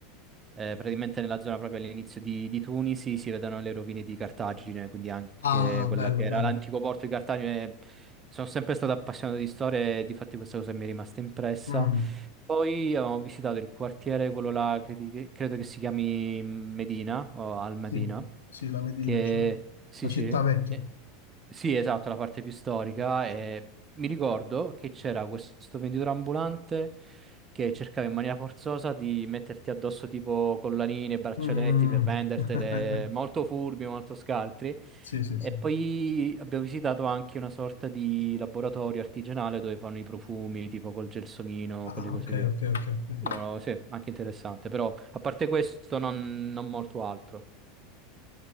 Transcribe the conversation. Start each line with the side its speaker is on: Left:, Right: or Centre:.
Right: eh, praticamente nella zona proprio all'inizio di, di Tunisi, si vedono le rovine di Cartagine, quindi anche
Left: Ah,
Right: quella
Left: bello,
Right: che
Left: bello.
Right: era l'antico porto di Cartagine. eh, Sono sempre stato appassionato di storia e di fatti questa cosa mi è rimasta impressa.
Left: Mm,
Right: Poi abbiamo visitato il quartiere, quello là, credi che- credo che si chiami Medina o Al Medina,
Left: sì, sì, la Medina,
Right: che
Left: diciamo.
Right: sì,
Left: La città
Right: sì,
Left: vecchia.
Right: eh, Sì, esatto, la parte più storica. E mi ricordo che c'era questo venditore ambulante che cercava in maniera forzosa di metterti addosso tipo collanine, braccialetti
Left: Mm.
Right: per vendertele,
Left: <laughs>
Right: molto furbi, molto scaltri.
Left: Sì, sì, sì.
Right: E poi abbiamo visitato anche una sorta di laboratorio artigianale dove fanno i profumi, tipo col gelsomino,
Left: Ah,
Right: quelle
Left: ah,
Right: cose
Left: ok,
Right: lì.
Left: ok, ok, ok.
Right: No, no, sì, anche interessante, però a parte questo non, non molto altro.